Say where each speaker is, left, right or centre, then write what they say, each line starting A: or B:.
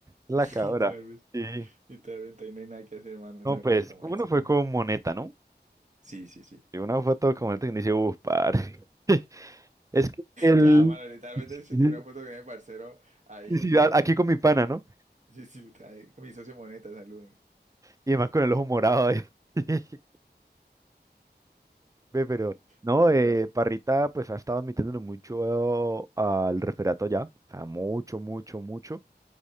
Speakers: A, on the right; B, on the right.
A: la
B: <laughs>
A: cabra.
B: Literalmente,
A: Sí.
B: literalmente, ahí no hay nada que hacer, mano.
A: No,
B: Ese marica
A: pues,
B: es lo máximo.
A: uno fue con Moneta, ¿no?
B: Sí, sí, sí.
A: Y una foto con Moneta que me dice, uff, parce. <laughs> Es que el...
B: Ya, mano, literalmente se
A: sí,
B: tenía una foto con el parcero ahí.
A: sí, a- aquí con mi pana, ¿no?
B: Sí, sí, está ahí, con mi socio Moneta, saluden.
A: Y además con el ojo morado ahí. <laughs> Ve, pero... No,
B: Sí, ya.
A: eh, Parrita pues ha estado metiéndole mucho al referato ya. O sea, mucho, mucho, mucho.